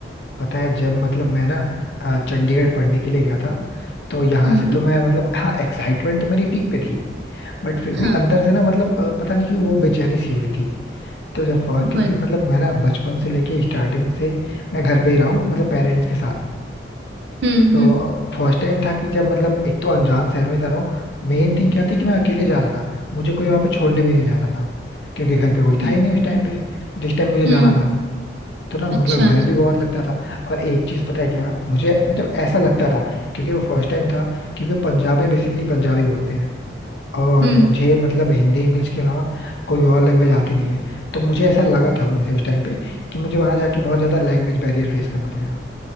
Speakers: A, on the left; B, on the right.
A: पता है जब मतलब मैं ना अ, चंडीगढ़ पढ़ने के लिए गया था तो यहाँ
B: हम्म
A: से तो मैं मतलब हाँ एक्साइटमेंट तो मेरी पीक पे थी बट फिर भी
B: हाँ
A: अंदर से ना मतलब अ, पता नहीं कि वो बेचैनी सी हो रही थी तो जब फर्स्ट क्योंकि
B: वही
A: मतलब मैं ना बचपन से लेके स्टार्टिंग से मैं घर पे ही रहा हूँ मतलब पेरेंट्स के साथ
B: हम्म
A: तो
B: हम्म
A: फर्स्ट टाइम था कि जब मतलब एक तो अनजान शहर में जा रहा हूँ मेन थिंग क्या थी कि मैं अकेले जा रहा था मुझे कोई वहां पे छोड़ने भी नहीं जा रहा था क्योंकि घर पे कोई था
B: हम्म
A: ही नहीं उस टाइम पे जिस टाइम मुझे जाना
B: हम्म,
A: था तो ना
B: अच्छा
A: मतलब डर
B: अच्छा,
A: भी बहुत लगता था और एक चीज पता है क्या मुझे मतलब ऐसा लगता था क्योंकि वो फर्स्ट टाइम था क्योंकि पंजाब में बेसिकली पंजाबी बोलते हैं और
B: हम्म
A: मुझे मतलब हिंदी इंग्लिश के अलावा कोई और लैंग्वेज आती नहीं है तो मुझे ऐसा लगा था वैसे उस टाइम पे कि मुझे वहां जाके बहुत ज्यादा लैंग्वेज बैरियर फेस करना पड़ेगा